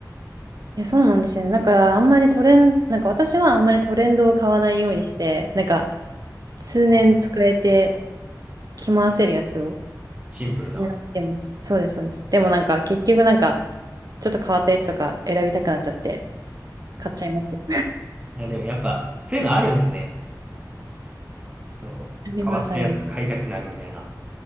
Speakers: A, on the right (about 55°); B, on the right (about 15°).
A: え、そうなんですよね。だからあんまりトレン、なんか私はあんまりトレンドを買わないようにして、なんか通年使えて
B: あ
A: 着回せるやつを
B: シンプルな。
A: 選んでます。そうです、そうです。でもなんか結局なんかちょっと変わったやつとか選びたくなっちゃって買っちゃいますけど。
B: いや、でもやっぱ、そういうのあるんですね。その、
A: あります、
B: 変わったやつ買いたくなるみたいな。
A: あります。